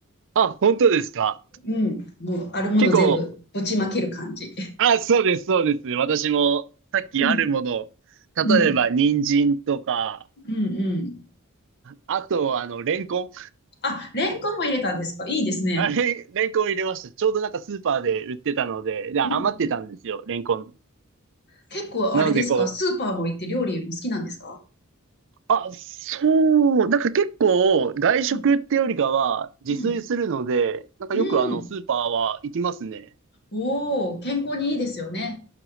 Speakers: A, on the right (about 60°); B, on the left (about 50°).
A: あ、本当ですか
B: うん、もうあるもの全部ぶちまける感じ。
A: 結構、あ、そうです、そうです。私も、さっきあるものを、
B: うん、
A: 例えば、
B: うん、
A: 人参とか、
B: うん、うん。
A: あと、あの、レンコン。
B: あ、レンコンも入れたんですかいいですね。
A: あれ、レンレンコン入れました。ちょうどなんかスーパーで売ってたので、で、余ってたんですよ、
B: うん。
A: レンコン。
B: 結構あれですかスーパーも行って料理も好きなんですか
A: なので、こう、あ、そう。なんか結構外食ってよりかは自炊するので、
B: うん、うん、
A: なんかよくあのスーパーは行きますね。
B: うん。おー、健康にいいですよね。